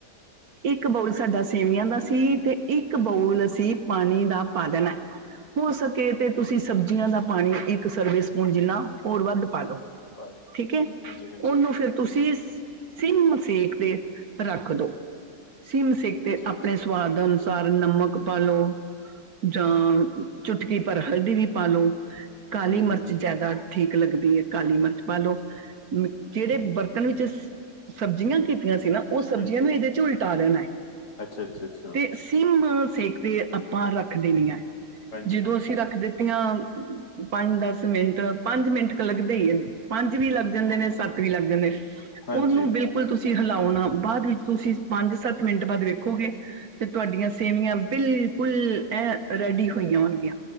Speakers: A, on the right (about 60°); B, on the left (about 50°).
A: ਇੱਕ ਬਾਊਲ ਸਾਡਾ ਸੇਵੀਆਂ ਦਾ ਸੀ ਤੇ ਇੱਕ ਬਾਊਲ ਅਸੀਂ ਪਾਣੀ ਦਾ ਪਾ ਦੇਣਾ ਹੈ ਹੋ ਸਕੇ ਤੇ ਤੁਸੀਂ ਸਬਜ਼ੀਆਂ ਦਾ ਪਾਣੀ ਇੱਕ ਸਰਵੇ ਸਪੂਨ ਜਿੰਨਾ ਹੋਰ ਵੱਧ ਪਾ ਲਓ
B: ਹਾਂਜੀ-ਹਾਂਜੀ,
A: ਠੀਕ ਹੈ ਉਹਨੂੰ ਫੇਿਰ ਤੁਸੀਂ ਸਿਮ ਸੇਖ ਰੱਖ ਦੋ ਸਿਮ ਸਿੱਕ ਤੇ
B: ਹਾਂਜੀ-ਹਾਂਜੀ,
A: ਆਪਣੇ ਸਵਾਦ ਅਨੁਸਾਰ ਅਨੁਸਾਰ ਨਮਕ ਪਾਾਲੋ ਜਾਂ ਚੁਟਕੀ ਭਰ ਹਲਦੀ ਵੀ ਪਾਾਲਓ ਕਾਲੀ
B: ਹੂੰ-ਹੂੰ-ਹੂੰ,
A: ਮਿਰਚ ਜ਼ਿਆਦਾ ਠੀਕ ਲੱਗਦੀ ਹੈ ਕਾਲੀ ਮਿਰਚ ਪਾ ਲਓ ਜਿਹੜੇ ਬਰਤਨ ਵਿੱਚ ਸਬਜ਼ੀਆਂ ਕੀਤੀਆਂ ਸੀ ਨਾ ਉਹ ਸਬਜ਼ੀਆਂ
B: ਹਾਂਜੀ,
A: ਨੂੰ ਇਹਦੇ ਪਾਂ ਦੇਣਾ ਹੈ
B: ਅੱਛਾ-ਅੱਛਾ-ਅੱਛਾ,
A: ਤੇ ਸੀਮ ਸੇਕ ਦੇ ਆਪਾਂ ਰੱਖਦੇ ਨੀ ਹ
B: ਹਾਂਜੀ-ਹਾਂਜੀ,
A: ਜਦੋਂ ਅਸੀਂ ਰੱਖ ਦਿੱਤੀਆਂ ਪੰਜ ਦਸ ਮਿੰਟ ਪੰਜ ਮਿੰਟ ਲੱਗਦੇ ਹੀ ਪੰਜ ਵੀ ਲੱਗ ਜਾਂਦੇ ਨੇ ਸੱਤ ਵੀ ਲੱਗ ਜਾਂਦੇ
B: ਹਾਂਜੀ-ਹਾਂਜੀ,
A: ਉਹਨੂੰ ਬਿਲਕੁਲ ਤੁਸੀਂ ਤੁਸੀਂ ਹਿਲਾਉਣਾ ਬਾਅਦ ਵਿੱਚ ਤੁਸੀਂ ਪੰਜ ਸੱਤ ਮਿੰਟ ਬਾਅਦ ਵੇਖੋਗੇ ਤੇ ਤੁਹਾਡੀਆਂ ਸੇਵੀਆਂ ਬਿਲਕੁਲ ਐ ਰੈਡੀ ਹੋਈਆਂ ਹੋਣਗੀਆਂ